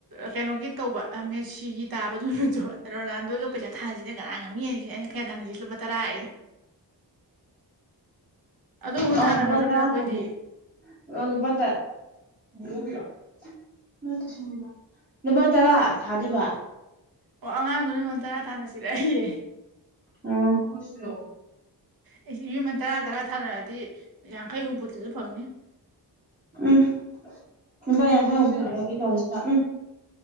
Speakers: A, on the right; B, on the right.
A: ꯀꯩꯅꯣꯒꯤ ꯇꯧꯕ ꯃꯦꯁꯤꯒꯤ ꯇꯥꯕꯗꯨꯃꯤ ꯔꯣꯅꯥꯜꯗꯣꯒ ꯄꯩꯁꯥ ꯊꯥꯅꯁꯤꯅ ꯀꯅꯥ ꯉꯝꯃꯤꯁꯤ ꯑꯩꯅ ꯀꯌꯥ ꯊꯥꯅꯁꯤ ꯂꯨꯄꯥ ꯇꯔꯥ ꯍꯥꯏ ꯑꯗꯨꯒꯨꯝꯕ
B: ꯑꯣ
A: ꯊꯥꯅꯒꯗꯕꯅꯦ
B: ꯑꯗꯨꯕ ꯇꯔꯥ
A: ꯑꯩꯈꯣꯏꯗꯤ
B: ꯊꯅ <unintelligible> <unintelligible> ꯂꯨꯄꯥ ꯇꯔꯥ ꯊꯥꯗꯨꯏꯕ
A: ꯑꯣ ꯑꯉꯥꯡꯗꯣꯅ ꯑꯩꯉꯣꯟ ꯇꯔꯥ ꯊꯥꯅꯁꯤꯔꯦ ꯑꯩꯌꯦ
B: ꯑꯣ
A: ꯑꯩꯁ ꯌꯨꯝꯃꯟ ꯇꯔꯥ ꯇꯔꯥ ꯊꯥꯅꯔꯑꯗꯤ ꯌꯥꯡꯈꯩ ꯍꯨꯝꯐꯨꯇꯁꯨ ꯐꯪꯅꯤ
B: ꯎꯝ ꯂꯨꯄꯥ ꯌꯥꯡꯈꯩ ꯍꯨꯝꯐꯨꯒꯤ ꯗꯃꯛꯇ ꯎꯝ